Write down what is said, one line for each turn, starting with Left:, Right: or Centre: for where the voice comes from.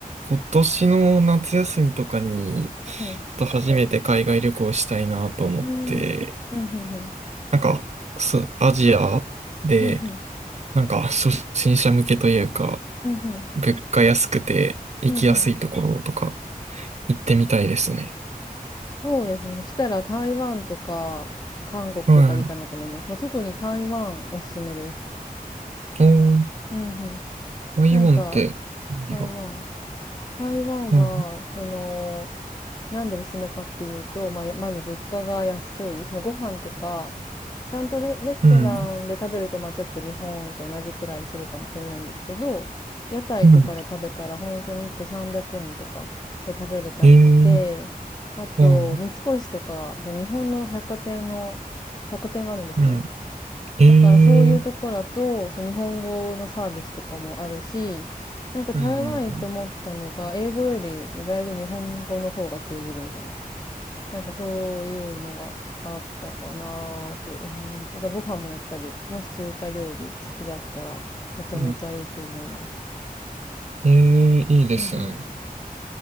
Right: 今年の夏休みとかに、
Left: うん
Right: ちょっと初めて海外旅行したいなと思って、
Left: うん。うん。うんうんうん。
Right: なんか、すアジアで、
Left: うんうん。
Right: なんか、初心者向けというか、
Left: うんうん。
Right: 物価安くて行きやすいところとか
Left: うんうん。
Right: 行ってみたいですね。
Left: そうですね。そしたら台湾とか韓国とかいいかなと思います。
Right: はい。
Left: まあ、特に台湾おすすめです。
Right: おー、
Left: うんうん。
Right: ああいうんって、
Left: なんか、
Right: いいよ
Left: 台湾。台湾は、
Right: はい。
Left: その、なんでおすすめかっていうと、まあ、やまず物価が安い、そのご飯とか、ちゃんとレ、レストランで食べると、
Right: うん。
Left: まあちょっと日本と同じくらいするかもしれないんですけど、屋台とかで食べたら本当に1個300円とかで食べれたりして、
Right: はい。えー、
Left: あと、
Right: はい。
Left: 三越とか、その日本の百貨店の、百貨店があるんですね。
Right: うん。えー、
Left: だからそういうところだと、そう日本語のサービスとかもあるし、なんか台湾行って思ったのが、
Right: うん。
Left: 英語より意外と日本語の方が通じるみたいな。なんかそういうのがあったかなと思います。ただご飯もやっぱり、もし中華料理好きだったら、めちゃめちゃいいと思います。
Right: うん。ええ、いいですね。
Left: うんうん。